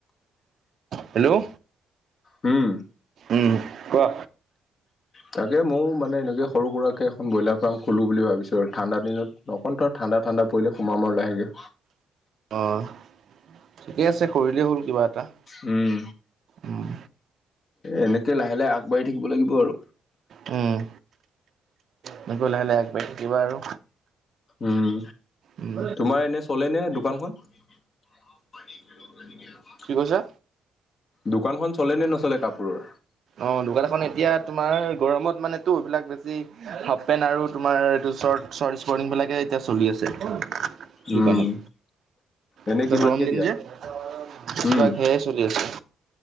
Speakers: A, on the right (about 60°); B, on the left (about 50°).
A: হেল্ল'
B: উম।
A: উম, কোৱা।
B: তাকে ময়ো মানে এনেকৈ সৰু সুৰাকৈ এখন ব্ৰইলাৰ ফাৰ্ম খোলোঁ বুলি ভাবিছোঁ আৰু ঠাণ্ডা দিনত। অকণ ধৰ ঠাণ্ডা ঠাণ্ডা পৰিলে সোমাম আৰু লাহেকে।
A: অ', ঠিকে আছে কৰিলে হ'ল কিবা এটা।
B: উম।
A: উম,
B: এনেকে লাহে লাহে আগবাঢ়ি থাকিব লাগিব আৰু।
A: উম। এনেকে লাহে লাহে আগবাঢ়ি থাকিবা আৰু।
B: উম,
A: উম,
B: তোমাৰ এনে চলে নে দোকানখন? <unintelligible>
A: কি কৈছা?
B: দোকানখন চলে নে নচলে কাপোৰৰ?
A: অ', দোকান এখন এতিয়া তোমাৰ গৰমত মানেতো সেই বিলাক বেছি হাফ পেণ্ট আৰু তোমাৰ এইটো স্পৰ্টিং বিলাকে এতিয়া চলি আছে দোকানত
B: উম এনে
A: এতিয়া
B: কিমানকে
A: গৰম দিন
B: দিয়া
A: যে বেছিভাগ
B: উম
A: সেয়াই চলি আছে।